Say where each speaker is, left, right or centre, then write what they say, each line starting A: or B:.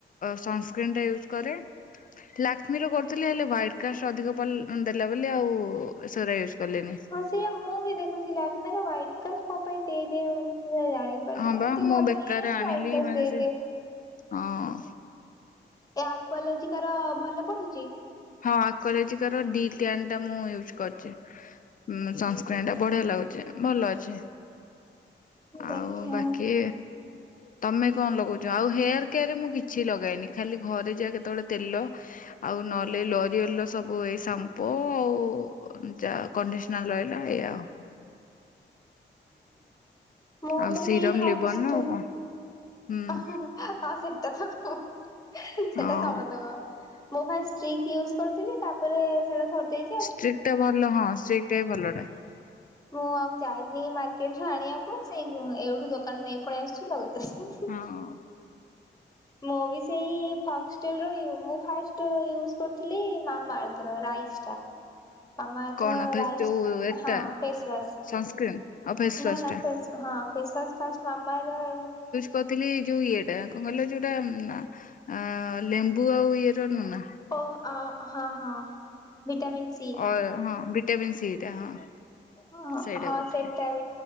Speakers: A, on the left; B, on the left.
A: ସନସ୍କ୍ରିନ୍ ଟା ୟୁଜ କରେ। ଲାକ୍ ଲାକ୍ମିର କରୁଥିଲି ହୁଆଇଟ୍ କାଷ୍ଟ ଅଧିକ ପ ଦେଲା ବୋଲି ଆଉ ସେଗୁଡା ୟୁଜ୍ କଲିନି।
B: ହଁ ସେୟା ମୁଁ ବି ଦେଖୁଛି ଲାକ୍ମି ର ହୁଆଇଟ୍ କାଷ୍ଟ କଣ ପାଇଁ ଦେଇଦିଏ। ବ
A: ହଁ ବା
B: ଏତେ
A: ମୁଁ
B: ଭଲ
A: ବେକାର
B: ଇଏ ତ
A: ଆଣିଲି
B: ହ୍ଵାଇଟ୍ କାଷ୍ଟ
A: ମାନେ
B: ଦେଇଦିଏ।
A: ସେ ହଁ
B: ଏ ଆକ୍ୱାଲୋଜିକାର ଭଲ ପଢୁଛି।
A: ହଁ ଆକ୍ଵଲୋଜିଟା ର ଦି ଟିୟାନ୍ ମୁଁ ୟୁଜ କରିଛି। ସନସ୍କ୍ରିନ୍ ଟା ବଢିଆ ଲାଗୁଚି ଭଲ ଅଛି।
B: ଦେଖେ
A: ଆଉ ବାକି ତମେ କଣ ଲଗଉଛ ଆଉ ହେୟାର କେୟାରରେ ମୁଁ କିଛି ଲଗାଏନି ଖାଲି ଘରେ ଯାହା କେତେବେଳେ ତେଲ ଆଉ ନ ଲରିଅଲ୍ ର ସବୁ ଏଇ ସାମ୍ପୁ ଆଉ ଯାହା କଣ୍ଡିସନର ରହିଲା ଏଇଆଉ
B: ମଁ
A: ଆଉ
B: ତ
A: ସିରମ
B: ସେଇ ପକ୍ସଟିନ୍
A: ଲିବନ ଆଉ କଣ ହୁଁ
B: <unintelligible> ହଁ ସେଟତ କ ସେଟା
A: ହଁ
B: ସମସ୍ତ କ ମୁଁ ଫାଷ୍ଟ୍ ଷ୍ଟିକ୍ ୟୁଜ କରିୁଥିଲି ତାପରେ ସେଟା ସରିଯା
A: ଷ୍ଟ୍ରିକ୍ ଟା ଭଲ ହଁଷ୍ଟ୍ରିକ୍ ଟା ବି ଭଲ ଟା
B: ମୁଁ ଆଉ ଯାଇନି ମାର୍କେଟରେ ଆଣିବାକୁ ସେଇ ଏଇଠୁ ଦୋକାନରୁ ନେଇ ପଳେଇ ଆସିଛି ଲଗେଇ ଦଉ
A: ହଁ
B: ମୁଁ ବି ସେଇ ଫକ୍ସଟେଲ୍ ର ମୁଁ ଫାଷ୍ଟ ୟୁଜ୍ କରୁଥିଲି ମାମାର୍ଥ ରାଇସ୍ ଟା <inaudible> ମାମାର୍ଥ
A: କଣ
B: ର
A: ଫେସ୍
B: ରାଇସ୍
A: ଯୋଉ
B: ହ
A: ଏଟା
B: ପେସୱାଶ
A: ସନସ୍କ୍ରିନ୍ ଆଉ ଫେସୱାସ
B: ନା ନା
A: ଟା
B: ଫେସ ହଁ ଫେସ୍ୱାୱାଶ ଫାଷ୍ଟ ମାମ
A: କଥିଲି ଯୋଉ ଇଏଟା କଣ କହିଲ ଯୋଉଟା ଲେମ୍ବୁ ଆଉ ଇଏ ର ନୁହଁ ନା
B: ଓ ହଁ ହଁ ଭିଟାମିନ୍ ସି
A: ଅ ହଁ ଭିଟାମିନ୍ ସି ଟା ହଁ
B: ହଁ
A: ସେଇଟା
B: ହଁ
A: କରିଥିଲି।
B: ସେଟା ବି